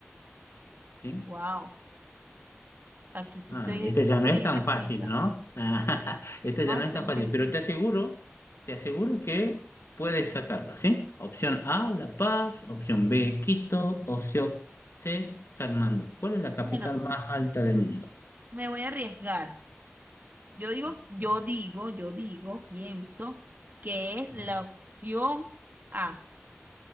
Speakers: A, on the left; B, on the right.
A: ¿Sí?
B: Wow. Aquí sí
A: Ah,
B: estoy
A: este
B: es
A: ya no
B: frita,
A: es tan fácil,
B: frita.
A: ¿no? <laughs> Ah, este ya
B: Oh,
A: no
B: estoy
A: es tan
B: muy
A: fácil,
B: frita.
A: pero te aseguro, te aseguro que puedes sacarla, ¿sí? Opción A, La Paz, opción B, Quito, opción C, Katmandú. ¿Cuál es la capital
B: Bueno,
A: más alta del mundo?
B: me voy a arriesgar. Yo digo,
A: A
B: yo
A: ver.
B: digo, yo digo, pienso que es
A: Mm,
B: la opción A,